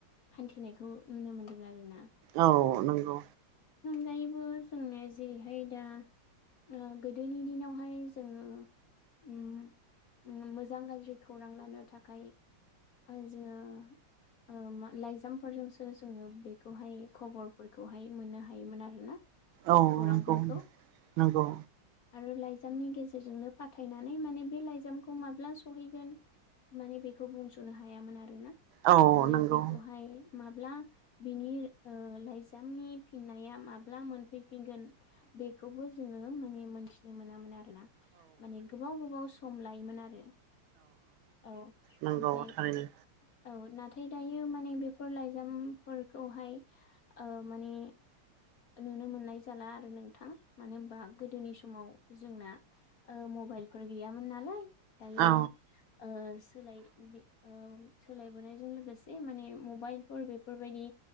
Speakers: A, on the left (about 60°); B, on the right (about 75°).
A: हान्थिनायखौ नुनो मोनदों आरो ना।
B: औ नंगौ।
A: गायैबो जोंना जेरैहाय दा ओ गोदोनि दिनावहाय जोङो उम उम मोजां गाज्रि खौरां लानो थाखाय ओ जोङो ओ मा लाइजामफोरजों सो जोङो बेखौहाय खबरफोरखौहाय मोननो हायोमोन आरो ना
B: औ
A: खौरांफोरखौ
B: नंगौ नंगौ
A: आरो लाइजा मनि गेजेरजोंनो पाथायनानै माने बे लाइजामखौ माब्ला सहैगोन माने बेखौ बुंस'नो हायामोन आरोना
B: औ
A: आरो
B: नंगौ
A: बेखौहाय ब्ला बिनि ओ लाइजामनि फिननाया माब्ला मोनफैफिनगोन बे खौबो जोङो माने मोनथिनो मोनामोन आरो ना ।माने गोबाव गोबाव सम लायोमोन आरो औ
B: नंगौ
A: ओमफाय
B: थारैनो
A: औ नाथाय दायो माने बेफोर लाइजामफोरखौहाय ओ माने नुनो मोननाय जाला आरो नोंथां ।मानो होनबा गोदोनि समाव जोंना ओ म बाइलफोर गैयामोन नालाय दायो
B: औ
A: ओ सोलाय बि ओम सोलायबोनायजों लोगोसे माने मबाइलफोर बेफोरबायदि